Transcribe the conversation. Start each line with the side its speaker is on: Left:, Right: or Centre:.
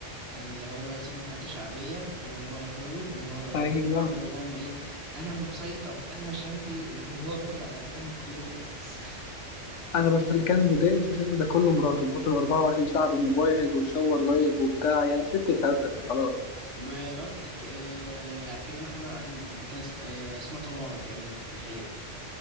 Right: آه، اللي هو ساكن في حتة شعبية وهم راحوا له وهو-
Left: ايوه
Right: وعملوا لهم ايه انا المسيطر انا مش عارف ايه وهو وهو بياخد على قفاه من كل الناس <laughs>
Left: انا بس اللي كان مضايقني في الفيلم ده كله مراته مراته 24 ساعه بالموبايل وتصور لايف وبتاع يعني شفت تتهد خلاص
Right: مرات ك- آه، كريم محمود عبد العزيز اللي كان اسم آه، اسمها تمارا تقريبا في الحقيقة